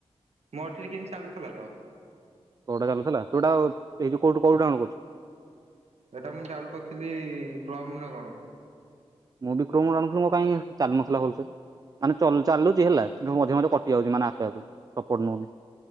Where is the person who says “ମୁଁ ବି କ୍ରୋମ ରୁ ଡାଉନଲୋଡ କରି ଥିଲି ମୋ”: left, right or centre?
Right